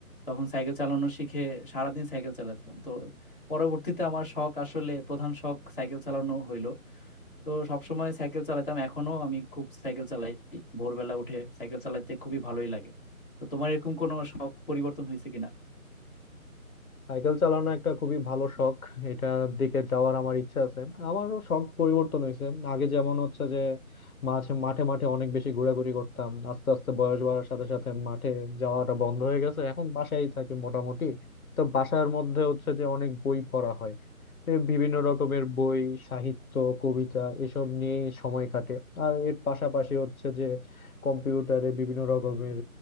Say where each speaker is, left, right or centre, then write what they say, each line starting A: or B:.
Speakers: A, on the left; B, on the left.
A: তখন সাইকেল চালানো শিখে সারাদিন সাইকেল চালাতাম তো পরবর্তীতে আমার শখ আসলে প্রধান শখ সাইকেল চালানো হইলো তো সবসময় সাইকেল চালাতাম এখনো আমি খুব সাইকেল চালাই ভোরবেলা উঠে সাইকেল চালাতে খুবই ভালোই লাগে তো তোমার এরকম কোনো শখ পরিবর্তন হয়েছে কিনা
B: সাইকেল চালানো একটা খুবই ভালো শখ এটার দিকে যাওয়ার আমার ইচ্ছা আছে আমারও শখ পরিবর্তন হয়েছে আগে যেমন হচ্ছে যে মাঝে মাঠে মাঠে অনেক বেশি ঘোরাঘুরি করতাম আস্তে আস্তে বয়স বাড়ার সাথে সাথে মাঠে যাওয়াটা বন্ধ হয়ে গেছে এখন বাসায় থাকি মোটামুটি তো বাসার মধ্যে হচ্ছে যে অনেক বই পড়া হয় এ বিভিন্ন রকমের বই সাহিত্য কবিতা এসব নিয়েই সময় কাটে আর এর পাশাপাশি হচ্ছে যে কম্পিউটারে বিভিন্ন রকমের